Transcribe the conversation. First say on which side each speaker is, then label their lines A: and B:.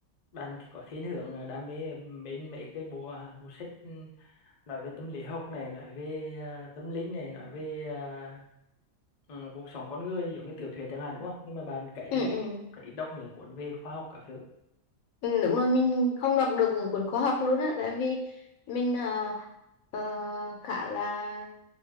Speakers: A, on the left (about 50°); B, on the left (about 80°).
A: bạn thì có thiên hướng à, đam mê mến mấy cái bộ à, bộ sách ừ, nói về tâm lý học này nói về à, tâm linh này nói về à, ờ, cuộc sống con người giống như tiểu thuyết chẳng hạn đúng không nhưng mà bạn kể
B: ừ, ừ,
A: ít đọc những cuốn về khoa học các thứ
B: Ừ, đúng rồi mình không đọc được những cuốn khoa học luôn á tại vì mình ờ, ờ, khá là